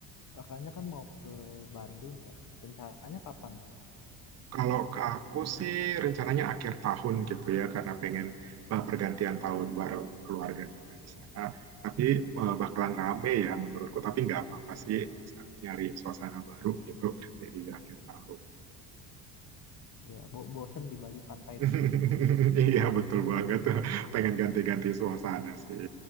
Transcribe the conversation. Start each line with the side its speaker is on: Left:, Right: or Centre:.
Left: kakaknya kan mau ke Bandung ya. Rencananya kapan tuh?
Right: Kalau ke aku sih rencananya akhir tahun gitu ya karena pengen uh, pergantian tahun bareng keluarga juga di sana. Tapi uh, bakalan rame ya menurutku. Tapi nggak apa-apa sih bisa nyari suasana baru gitu berarti di akhir tahun.
Left: Ya, bo- bosen di Bali pantai
Right: <laughs>
Left: terus ya.
Right: Iya betul banget. <laughs> Pengen ganti-ganti suasana sih.